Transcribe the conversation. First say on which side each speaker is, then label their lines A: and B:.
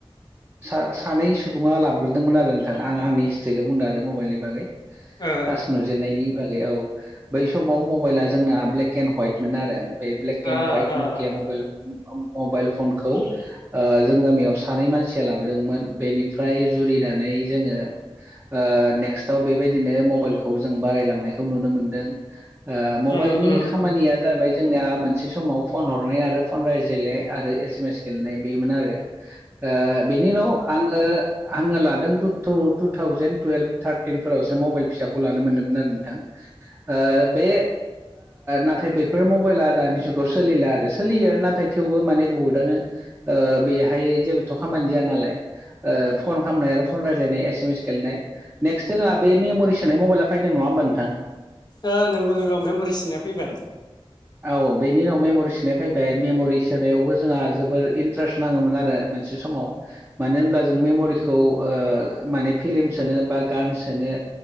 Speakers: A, on the right (about 20°); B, on the left (about 45°).
A: सा-सानै सुबुङा लाबोग्रोदोंमोन आरो नोंथां आं आंनि हिस्ट्रिखौ बुंदों आरो मबाइलनि बागै फारस
B: ओ ओ
A: नुजेननायनि बागै औ बै समाव मबाइला जोंना ब्लेके एन्ड हाइट मोन आरो बे ब्लेक
B: ओ
A: एन्ड हवाइट नकिया
B: ओ
A: मबाइल
B: ओ
A: मबाइल फनखौ ओ जों गामियाव सानै मानसिया लाबोदोंमोन बेनिफ्राय जुरिनानै जोङो ओ नेक्स्टआव बेबायदिनो मबाइलखौ जों बारायलांनायखौ नुनो मोनदों। ओ मबाइलनि
B: उम उम
A: खामानिया
B: उम
A: जोंनिया मोनसे समाव फन हरनाय आरो फन रायज्लायनाय आरो एसे एम एस गेलेनाय बेमोन आरो ओ बेनि उनाव आङो आङो लादों टु टु थावजेन टुवेल्भ थारटिनफोरावसो मबाइल फिसाखौ लानो मोनदोंमोन आरो नोंथां। ओ बे नाथाय बे बेफोर मबाइला दानि जुगाव सोलिला आरो सोलियो आरो नाथाय थेवबो माने बहुदआनो ओ बेहाय जेबोथ' खामानि जाया नालाय ओ फन खालामनाय आरो फन रायलायनाय एस एम एस गेलेनाय नेक्स्ट जोंहा बे मेमरि सोनाय मबाइला फैदों नङा होमबा नोंथां?
B: ओ नोंगौ नोंगौ मेमबरि सोनाया फैबाय
A: औ बेनि उनाव मेम'रि सोनाय फैबाय मेम'रिस सोनायावबो जोंहा जोबोर इन्ट्रेस्ट नाङोमोन आरो मोनसे समाव मानो होनब्ला जों मेमरिखौ ओ माने फिल्म सोनो बा गान सोनो।